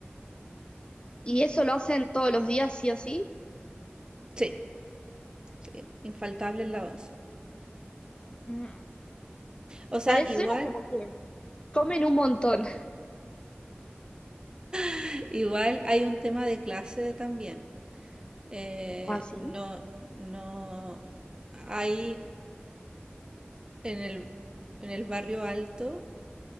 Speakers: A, on the left (about 25°); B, on the right (about 20°).
A: ¿Y eso lo hacen todos los días, sí o sí?
B: Sí, sí, infaltable en la once.
A: Mm.
B: O sea,
A: Parece,
B: igual,
A: suena como que comen un montón. <laughs>
B: <laughs> igual hay un tema de clase también. Eh,
A: Así.
B: no, no hay En el, en el barrio alto,